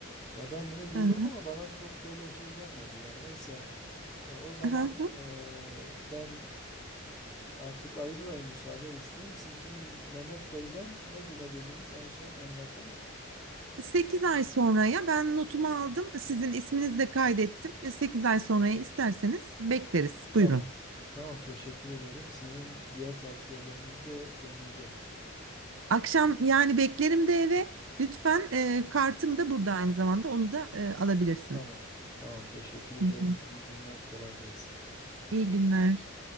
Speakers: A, on the left; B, on the right.
A: Ya ben bunu duydum
B: Hı
A: ama bana çok böyle şey gelmedi ya. Neyse e, o zaman
B: hı.
A: e, ben e, artık ayrılayım müsaade isteyeyim. Siz şimdi Mehmet Bey'den ne güne dediniz en son en yakın?
B: 8 ay sonraya ben notumu aldım. Sizin isminizi de kaydettim. 8 ay sonraya isterseniz bekleriz.
A: Tamam.
B: Buyurun.
A: Tamam teşekkür ederim. Sizin diğer tavsiyelerinizi de deneyeceğim.
B: Akşam yani beklerim de eve. Lütfen e, kartım da burada aynı zamanda. Onu da e, alabilirsiniz.
A: Tamam. Tamam teşekkür ederim.
B: Hı hı.
A: İyi günler kolay gelsin.
B: İyi günler.